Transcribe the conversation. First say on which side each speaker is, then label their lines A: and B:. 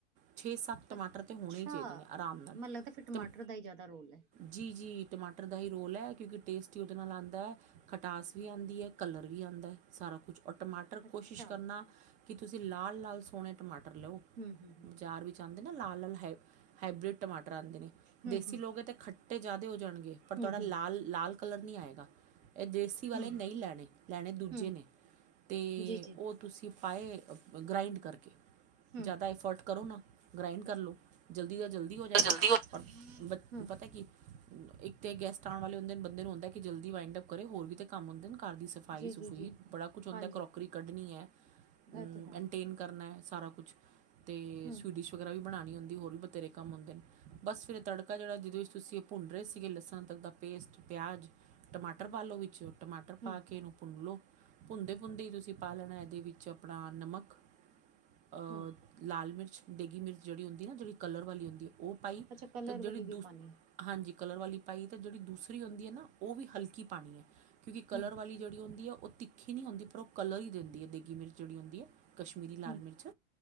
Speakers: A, on the right; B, on the right.
A: ਛੇ ਸੱਤ ਟਮਾਟਰ
B: ਅੱਛਾ
A: ਤਾਂ ਹੋਣੇ ਹੀ ਚਾਹੀਦੇ ਨੇ ਆਰਾਮ ਨਾਲ
B: ਮੈਨੂੰ ਲੱਗਦਾ ਫਿਰ ਟਮਾਟਰ
A: ਟਮ
B: ਦਾ ਹੀ ਜ਼ਿਆਦਾ ਰੋਲ ਹੈ
A: ਜੀ ਜੀ ਟਮਾਟਰ ਦਾ ਹੀ ਰੋਲ ਹੈ ਕਿਉਂਕਿ ਟੇਸਟ ਹੀ ਉਹਦੇ ਨਾਲ ਆਉਂਦਾ ਹੈ ਖਟਾਸ ਵੀ ਆਉਂਦੀ ਹੈ ਕਲਰ ਵੀ ਆਉਂਦਾ ਸਾਰਾ ਕੁਛ ਔਰ ਟਮਾਟਰ
B: ਅੱਛਾ
A: ਕੋਸ਼ਿਸ਼ ਕਰਨਾ ਕੀ ਤੁਸੀਂ ਲਾਲ ਲਾਲ ਸੋਹਣੇ ਟਮਾਟਰ ਲਓ
B: ਹੂੰ ਹੂੰ
A: ਬਾਜ਼ਾਰ ਵਿੱਚ ਆਉਂਦੇ ਨਾ ਲਾਲ-ਲਾਲ ਹਾਈ ਹਾਈਬ੍ਰਿਡ ਟਮਾਟਰ ਆਂਦੇ ਨੇ
B: ਹੂੰ
A: ਦੇਸੀ
B: ਹੂੰ
A: ਲੋਗੇ ਤਾਂ ਖੱਟ ਟੇ ਜ਼ਿਆਦਾ ਹੋ ਜਾਣਗੇ। ਪਰ
B: ਹੂੰ
A: ਤੋਂਡਾ
B: ਹੂੰ
A: ਲਾਲ ਲਾਲ ਕਲਰ ਨਹੀਂ ਆਏਗਾ। ਏਹ ਦੇਸੀ ਵਾਲੇ
B: ਹੂੰ
A: ਨਹੀਂ ਲੈਣੇ, ਲੈਣੇ ਦੂਜੇ
B: ਹੂੰ
A: ਨੇ ਤੇ
B: ਜੀ ਜੀ
A: ਉਹ ਤੁਸੀਂ ਪਾਏ ਗ੍ਰਾਇੰਡ ਕਰਕੇ
B: ਹੂੰ
A: ਜ਼ਿਆਦਾ ਐਫੋਰਡ ਕਰੋ ਨਾ ਗ੍ਰਇੰਡ ਕਰ ਲਉ ਜਲਦੀ ਤੋਂ ਜਲਦੀ ਹੋ ਜਾਏਗਾ।
B: ਜਲਦੀ
A: ਔਰ ਬ
B: ਹੂੰ,
A: ਪਤਾ ਕਿ ਇੱਕ ਤੇ ਗੈਸਟ ਆਉਣ ਵਾਲੇ ਹੁੰਦੇ ਬੰਦੇ ਨੂੰ ਹੁੰਦਾ ਕਿ ਜਲਦੀ ਵਾਇੰਡ ਅਪ ਕਰੇ ਹੋਰ ਵੀ ਕੰਮ ਹੁੰਦੇ ਨੇ। ਘਰ ਦੀ ਸਫਾਈ-ਸਫੂਈ
B: ਜੀ-ਜੀ-ਜੀ,
A: ਬੜਾ ਕੁਝ ਹੁੰਦਾ
B: ਹਾਂਜੀ
A: ਕਰੋਕਰੀ ਕੱਢਣੀ ਹੈ, ਮੈਨਟੇਨ
B: ਇਹ ਤੇ ਹੈ।
A: ਕਰਨਾ ਸਾਰਾ ਕੁਛ ਤੇ
B: ਹੂੰ,
A: ਸਵੀਡਿਸ਼ ਵਗੈਰਾ ਵੀ ਬਣਾਉਣੀ ਹੁੰ ਦੀ ਹੋਰ ਵੀ ਬਥੇਰੇ ਕੰਮ ਹੁੰਦੇ ਨੇ। ਬਸ ਫਿਰ ਇਹ ਤੜਕਾ ਜਿਹੜਾ ਜਿਹਦੇ ਵਿੱਚ ਤੁਸੀਂ ਉਹ ਭੁੰਨ ਰਹੇ ਸੀਗੇ ਲਸਣ ਤੱਕ ਦਾ ਪੇਸਟ ਪਿਆਜ ਟਮਾਟਰ ਪਾ ਲਓ ਵਿੱਚ ਟਮਾਟਰ
B: ਹੂੰ,
A: ਪਾ ਕੇ ਇਹਨੂੰ ਭੁੰਨ ਲਓ। ਭੁਨਦੇ-ਭੁਨਦੇ ਹੀ ਤੁਸੀਂ ਪਾ ਲੈਣਾ ਇਹਦੇ ਵਿੱਚ ਆਪਣਾ ਨਮਕ ਆ
B: ਹੂੰ
A: ਲਾਲ ਮਿਰਚ ਦੇਗੀ ਮਿਰਚ ਜਿਹੜੀ ਹੁੰਦੀ ਨਾ ਜਿਹੜੀ ਕਲਰ ਵਾਲੀ ਹੁੰਦੀ ਹੈ ਉਹ ਪਾਈ
B: ਅੱਛਾ ਕਲਰ
A: ਅਤੇ ਜਿਹੜੀ
B: ਵਾਲੀ ਵੀ
A: ਦੂਸ
B: ਪਾਣੀ ਆ।
A: ਹਾਂਜੀ ਕਲਰ ਵਾਲੀ ਪਾਈ ਅਤੇ ਜਿਹੜੀ ਦੂਸਰੀ ਹੁੰਦੀ ਹੈ ਨਾ ਉਹ ਵੀ ਹਲਕੀ ਪਾਣੀ ਆ। ਕਿਉਂਕਿ ਕਲਰ
B: ਹੂੰ,
A: ਵਾਲੀ ਜਿਹੜੀ ਹੁੰਦੀ ਆ ਓ ਉਹ ਤਿੱਖੀ ਨਹੀਂ ਹੁੰਦੀ ਪਰ ਉਹ ਕਲਰ ਹੀ ਦਿੰਦੀ ਹੈ ਡੇਗੀ ਮਿਰਚ ਹੁੰਦੀ ਹੈ। ਕਸ਼ਮੀਰੀ ਲਾਲ
B: ਹੂੰ, ਹੂੰ,
A: ਮਿਰਚ।